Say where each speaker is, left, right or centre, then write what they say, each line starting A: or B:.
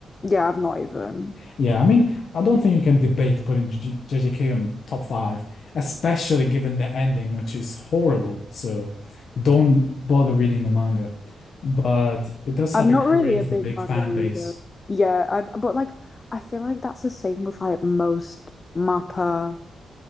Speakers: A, on the left; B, on the left.
A: Yeah, I've not even.
B: Yeah, I mean, I don't think you can debate putting J J- JJK on top five, especially given the ending, which is horrible. So don't bother reading the manga. But
A: <laughs>
B: it does
A: I'm
B: have a
A: not
B: crazy
A: really a big
B: big
A: manga
B: fan
A: reader.
B: base,
A: Yeah, I, but like I feel like that's the same with like most mappa